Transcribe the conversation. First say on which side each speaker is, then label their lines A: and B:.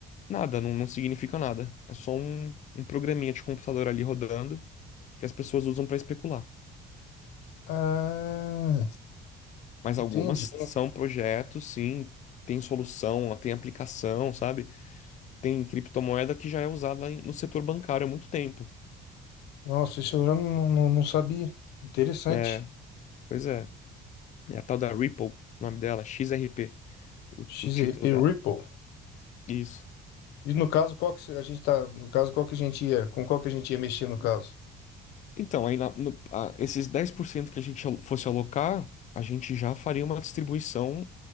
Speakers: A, on the left; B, on the left.
A: nada, não, não significa nada. É só um, um programinha de computador ali rodando que as pessoas usam para especular.
B: Ah,
A: Mas
B: entendi.
A: algumas são projetos, sim, tem solução, tem aplicação, sabe? Tem criptomoeda que já é usada em- no setor bancário há muito tempo.
B: Nossa, isso eu já não, não, não sabia. Interessante.
A: É, pois é. É a tal da Ripple, o nome dela, XRP, o,
B: XRP
A: o título dela.
B: Ripple.
A: Isso.
B: E no caso, qual que se- a gente tá, no caso, qual que a gente ia, com qual que a gente ia mexer no caso?
A: Então, aí na- no- a- esses 10% que a gente al- fosse alocar, a gente já faria uma distribuição,